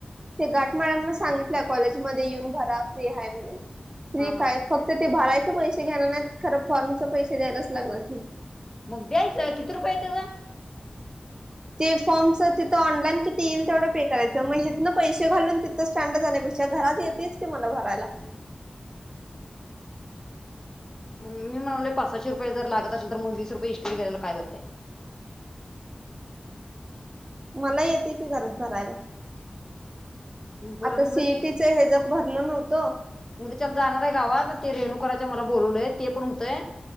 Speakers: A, on the right (about 30°); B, on the left (about 20°).
A: ते घाट मॅडम न सांगितलं कॉलेजमध्ये येऊन भरा फ्री आहे म्हणून
B: हा हा
A: काय फक्त ते भरायचे पैसे घेणार नाही खर फॉर्मच पैसे द्यायलाच लागणार की
B: मग द्यायचं किती रुपये त्याचा
A: ते फॉर्मच तिथं ऑनलाईन किती येईल तेवढं पे करायचं मग हेेत ना पैसे घालून स्टँडर्ड जाण्यापेक्षा घरात येतेच की मला भरायला
B: मी म्हणवले पाचशे रुपये जर लात असल तर मग वी रुपये इशले गेला काय वाईट आहे
A: मला येते की घरात भरायला
B: बरं
A: आता
B: मग
A: सीटीच हे ज भरलं नव्हतं
B: म्हगजे चल जाणार आहे गावात ते रेणुकरच्या मला बोलवलंय ते पण होतय